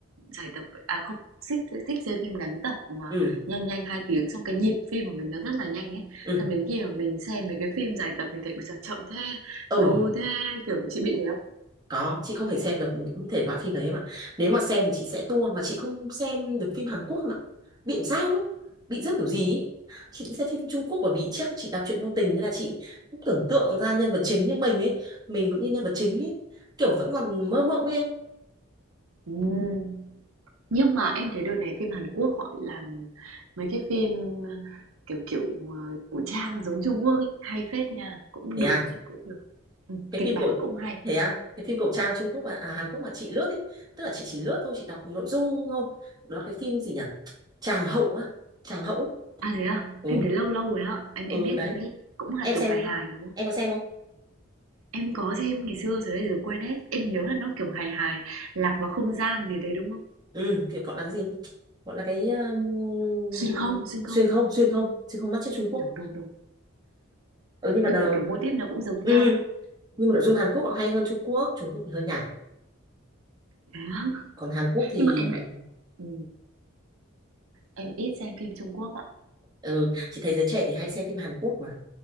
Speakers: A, on the right; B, on the right.
A: dài tập à không, thích thích xem phim ngắn tập mà
B: ừ
A: nhanh nhanh 2 tiếng xong cái nhịp phim của mình nó rất là nhanh ấy.
B: ừ
A: Xong đến khi mà mình xem mấy cái phim dài tập mình thấy bây giờ chậm thế,
B: ừ
A: lâu thế, kiểu chị bị thế không?
B: có chị không thể xem được những thể loại phim đấy em ạ nếu mà xem thì chị sẽ tua mà chị không xem được phim Hàn Quốc em ạ bị làm sao ấy bị rớt kiểu gì ấy. chị cũng xem phim Trung Quốc bởi vì chắc chị đọc truyện ngôn tình nên là chị cũng tưởng tượng ra nhân vật chính như mình ấy mình cũng như nhân vật chính ấy kiểu vẫn còn mơ mộng ấy em
A: Ừm. Nhưng mà em thấy đợt này phim Hàn Quốc họ làm mấy cái phim ờ, kiểu kiểu ờ, cổ trang giống Trung Quốc ấy, hay phết nha, cũng
B: thế
A: được
B: à
A: ấy, cũng được. Ừ,
B: cái
A: kịch
B: phim
A: bản
B: cổ
A: cũng hay.
B: thế à cái phim cổ trang Trung Quốc mà à, Hàn Quốc mà chị lướt ấy tức là chị chỉ lướt thôi chị đọc nội dung thôi nó cái phim gì nhỉ Tràng hậu á Tràng hậu ấy.
A: À, thế à? Phim
B: ừ
A: đấy lâu lâu rồi á. Em
B: ừ
A: em biết,
B: đấy
A: em biết. Cũng là
B: em
A: kiểu
B: xem
A: hài hài đúng không?
B: em có xem không
A: Em có xem ngày xưa rồi bây giờ quên hết. Em nhớ là nó kiểu hài hài, lạc vào không gian gì đấy đúng không?
B: ừ kiểu gọi là gì gọi là cái um,
A: Xuyên không, xuyên
B: xuyên
A: không.
B: không xuyên không xuyên không bắt chước Trung Quốc
A: Đúng đúng đúng.
B: ừ, nhưng mà
A: Bây
B: nó-
A: giờ kiểu mô típ nó cũng giống
B: ừ,
A: nhau.
B: nhưng mà nội dung Hàn Quốc họ hay hơn Trung Quốc Trung Quốc thì hơi nhạt
A: Đấy á. <laughs>
B: còn Hàn Quốc thì
A: Nhưng mà em lại ừ, em ít xem phim Trung Quốc ạ.
B: ừ, chị thấy giới trẻ thì hay xem phim Hàn Quốc mà